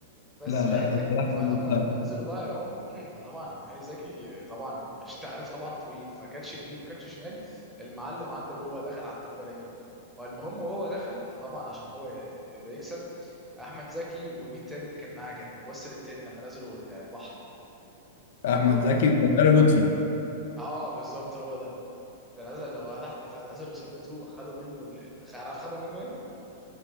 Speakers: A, in the centre; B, on the left.
A: بس
B: لا
A: في
B: لا لا،
A: حياتك
B: الصراحة
A: فلما
B: كان مسخرة.
A: لما نزلوا بقى يعوموا <clears throat> فطبعا هاني زكي طبعا <laughs> مش انت عارف طبعا طويل فكاتش يمين وكاتش شمال المعلم عدى جوه دخل عند البراميل فالمهم وهو دخل فطبعا عشان هو يبقى يكسب احمد زكي ومين تاني اللي كان معاه كان الممثل التاني لما نزلوا ال- البحر
B: احمد
A: فاكره
B: زكي وكان طارق لطفي
A: اه بالظبط هو ده فنزل هو تحت فنزلوا ثبتوه خدوا منه ال- ال- عارف خدوا منه ايه